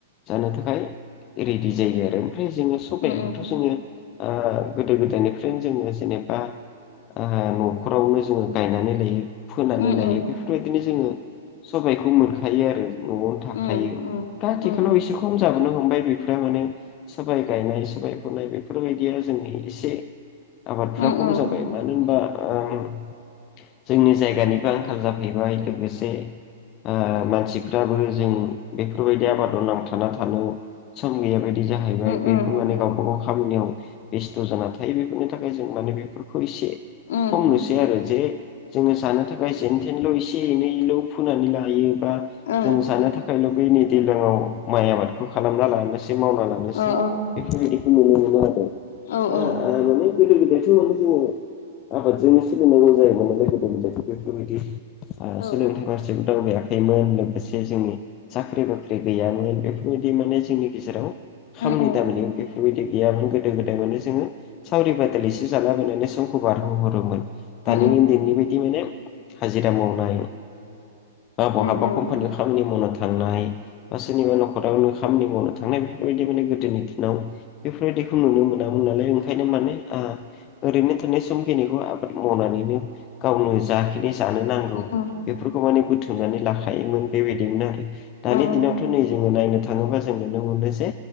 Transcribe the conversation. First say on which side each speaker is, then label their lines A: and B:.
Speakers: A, on the left; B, on the left.
A: जानो थाखाय रेडि जायो आरो ओमफ्राय जोङो सबायाबोथ'
B: उम
A: जोङो ओ गोदो गोदायनिफ्रायनो जोङो जेनेबा ओ न'खरावनो जोङो गायनानै लायो फोनानै
B: उम
A: लायो
B: उम
A: बेफोरबायदिनो जोङो सबायखौ मोनखायो आरो न'आवनो थाखायो
B: उम उम उम
A: दा आथिखालाव
B: उम
A: एसे खम जाबोनो हमबाय बिफोरो माने सबाय गायनाय सबाय फुनाय बेफोरबायदिया जोंनि एसे आबादफोरा
B: उम
A: खम
B: उम
A: जाबाय मानो होनबा ओ- जोंनि जायगानिबो आंखाल जाफैबाय लोगोसे ओ मानसिफ्राबो जों बेफोरबायदि आबादाव नांथाना थानो सम गैयाबायदि बे जाहैबाय
B: उम
A: बेखौ
B: उम
A: माने गावबा गाव खामानिआव बेस्थ जाना थायो बेफोरनि थाखाय जों माने बेफोरखौ एसे
B: उम
A: खमनोसै आरो जे जोङो जानो थाखाय जेन थेनल' एसे एनैल' फोनानै लाहैयो बा
B: ओं
A: जोङो जानो थाखाय <unintelligible> दैलाङाव माइ आबादखौ खालामना लानोसै ए मावना लानोसै
B: अ औ
A: बेफोरबायदिखौ नुनो मोनो आरो
B: औ-औ
A: दा माने गोदो गोदायथ' जोङो आबादजोंनो सोलिनांगौ जायोमोन नालाय गोदो गोदायथ' बेफोरबायदि आ
B: औ
A: सोलोंथाइ फारसेबो दावगाया थायोमोन। लोगोसे जोंनि साख्रि बाख्रि गैयामोन बेफोरबायदि माने जोंनि गेजेराव खामानि
B: उम उम
A: दामानि बेफोरबायदि गैयामोन गोदो गोदाय माने जोङो सावरि बादालिसो जालाबायनानै समखौ बारहोहरोमोन। दानि
B: उम
A: उन्दैनि बायदि माने हाजिरा मावनाय बा बहाबा
B: उम उम
A: कम्पानियाव खामानि मावनो थांनाय बा सोरनिबा न'खरावनो खामानि मावनो थांनाय बेफोरबायदि माने गोदोनि दिनाव बेफोरबायदिखौ नुनो मोना मोन नालाय ओंखायनो माने आ ओरैनो थानाय समखिनिखौ आबाद मावनानैनो गावनो जाखिनि जानो नांगौ
B: उम उम
A: बेफोरखौ माने बोथोमनानै लाखायोमोन बेबायदिमोन आरो। दानि
B: उम
A: दिनावथ' नै जों ङो नायनो थाङोबा जों नुनो मोनो जे